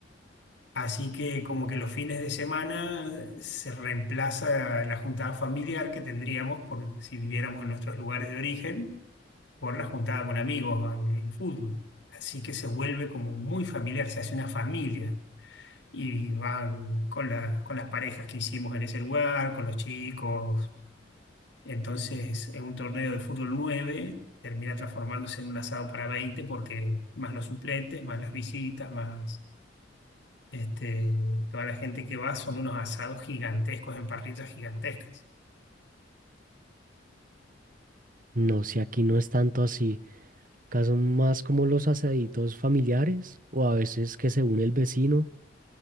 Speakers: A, on the left (about 80°); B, on the right (about 50°).
A: Así que como que los fines de semana se reemplaza la juntada familiar que tendríamos por si viviéramos en nuestros lugares de origen por la juntada con amigos en, en fútbol. Así que se vuelve como muy familiar, se hace una familia y van con la- con las parejas que hicimos en ese lugar, con los chicos. Entonces, en un torneo de fútbol 9, termina transformándose en un asado para 20 porque más los suplentes, más las visitas, más este, toda la gente que va son unos asados gigantescos en parrillas gigantescas.
B: No, si aquí no es tanto así. Acá son más como los asaditos familiares o a veces que se une el vecino.